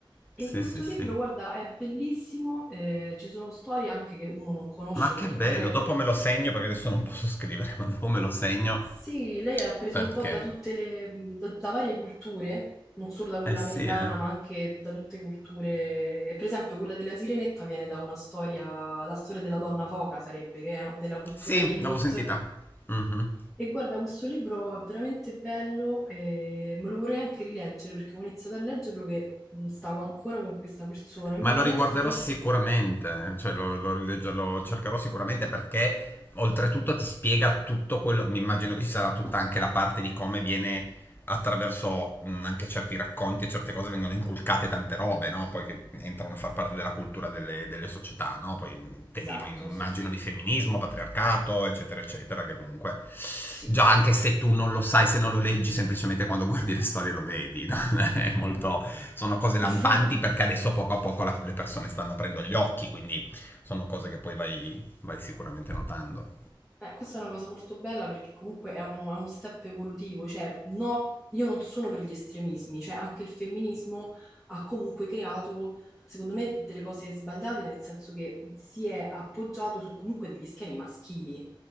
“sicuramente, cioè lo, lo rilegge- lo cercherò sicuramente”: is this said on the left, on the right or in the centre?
Left